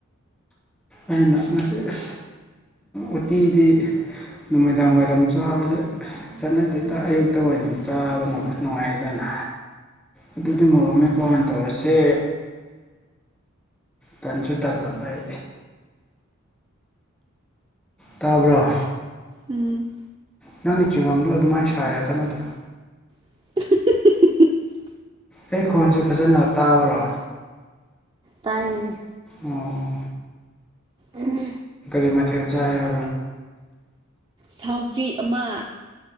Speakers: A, in the centre; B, on the right (about 25°).
A: ꯑꯩꯅ ꯉꯁꯤ ꯑ ꯎꯇꯤꯗꯤ ꯅꯨꯃꯤꯗꯥꯡ ꯋꯥꯏꯔꯝ ꯆꯥꯕꯁꯦ ꯆꯠꯅꯗꯦꯗ ꯑꯌꯨꯛꯇ ꯑꯣꯏꯅ ꯆꯥꯕ ꯅꯨꯡꯉꯥꯏꯗꯅ ꯑꯗꯨꯗꯤ ꯃꯣꯔꯣꯛ ꯃꯩꯀ ꯑꯣꯏꯅ ꯇꯧꯔꯁꯦ ꯇꯟꯁꯨ ꯇꯜꯂꯏ ꯇꯥꯔꯕ꯭ꯔ
B: ꯎꯝ
A: ꯅꯪꯒꯤ ꯆꯤꯡꯉꯝꯗꯣ ꯑꯗꯨꯃꯥꯏꯅ ꯁꯥꯏꯔ ꯀꯩꯅꯣꯗ
B: <unintelligible>
A: ꯑꯩ ꯈꯣꯟꯁꯦ ꯐꯖꯅ ꯇꯥꯕꯔꯣ
B: ꯇꯥꯏꯌꯦ
A: ꯑꯣ
B: ꯑꯗꯨ
A: ꯑꯩꯇꯩ ꯃꯥꯊ ꯆ ꯌꯥ
B: ꯁꯥꯎꯒ꯭ꯔꯤ ꯑꯃ